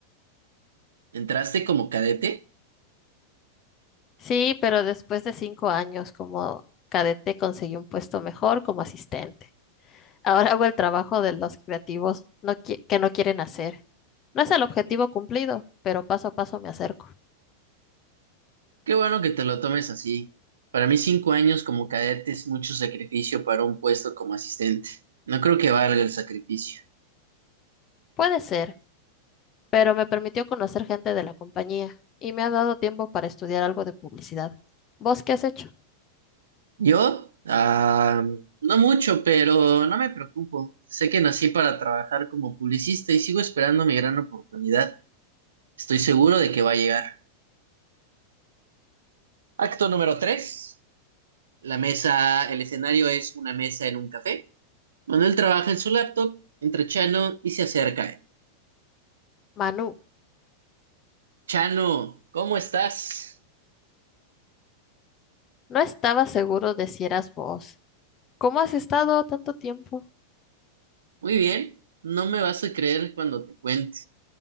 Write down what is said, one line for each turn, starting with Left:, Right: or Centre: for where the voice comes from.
Right: ¿Entraste como cadete?
Left: Sí, pero después de cinco años como cadete conseguí un puesto mejor como asistente. Ahora hago el trabajo de los creativos no qui- que no quieren hacer. No es el objetivo cumplido, pero paso a paso me acerco.
Right: Qué bueno que te lo tomes así. Para mí cinco años como cadete es mucho sacrificio para un puesto como asistente. No creo que valga el sacrificio.
Left: Puede ser, pero me permitió conocer gente de la compañía y me ha dado tiempo para estudiar algo de publicidad. ¿Vos qué has hecho?
Right: Yo, ah, no mucho, pero no me preocupo. Sé que nací para trabajar como publicista y sigo esperando mi gran oportunidad. Estoy seguro de que va a llegar. Acto número tres. La mesa, el escenario es una mesa en un café. Manuel trabaja en su laptop, entra Chano y se acerca. a él.
Left: Manu,
Right: Chano, ¿cómo estás?
Left: no estaba seguro de si eras vos. ¿Cómo has estado tanto tiempo?
Right: Muy bien, no me vas a creer cuando te cuente.